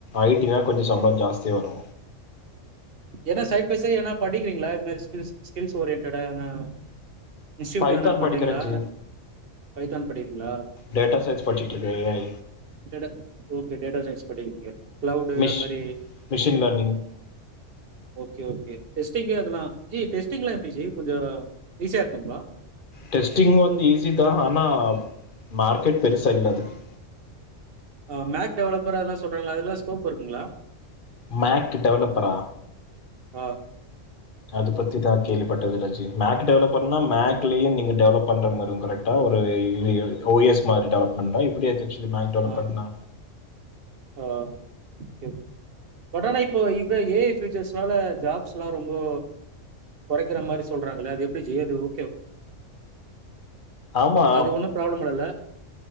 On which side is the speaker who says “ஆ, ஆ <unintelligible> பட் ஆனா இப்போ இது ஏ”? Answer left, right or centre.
Right